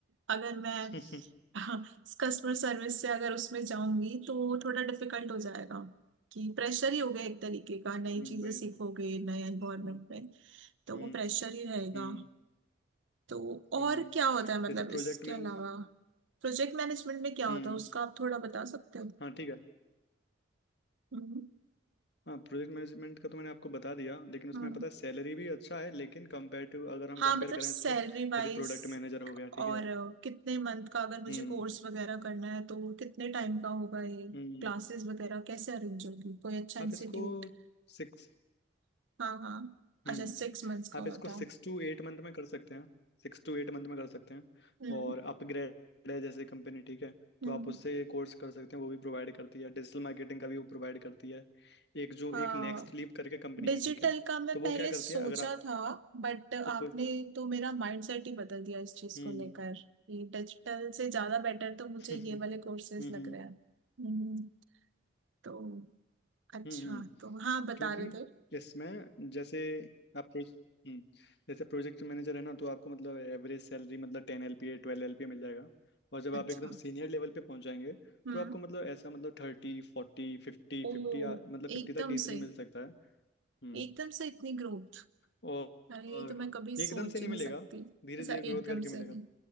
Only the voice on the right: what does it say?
अगर मैं
हाँ कस्टमर सर्विस से अगर उसमें जाऊंगी तो थोड़ा डिफिकल्ट हो जाएगा कि प्रेशर ही हो गया एक तरीके का नई
चीजें
सीखोगे
नए एनवायरनमेंट
में तो
वो प्रेशर ही रहेगा
तो और
क्या होता है मतलब
इसके अलावा
प्रोजेक्ट मैनेजमेंट में क्या होता
है उसका आप थोड़ा बता सकते हो
हम्म
हम्म।
हाँ
मतलब
सैलरी
वाइज
और
अ, कितने मंथ का अगर मुझे
कोर्स वगैरह करना है तो कितने टाइम का होगा ये
क्लासेस वगैरह कैसे अरेंज होगी कोई अच्छा
इंस्टीट्यूट
हाँ हाँ
अच्छा सिक्स मंथ्स का
होता
हम्म
हम्म
हाँ
डिजिटल
का मैं
पहले
सोचा
था बट आपने
तो मेरा माइंडसेट ही बदल दिया इस चीज
को लेकर कि डिजिटल से ज्यादा बेटर तो मुझे
ये वाले
कोर्सेज लग
रहे हैं हम्म तो अच्छा
तो हाँ बता
रहे थे
अच्छा
हम्म
ओ
एकदम
से
एकदम से इतनी ग्रोथ
अरे
ये तो मैं कभी
सोच
ही नहीं
सकती
ऐसा
एकदम
से नहीं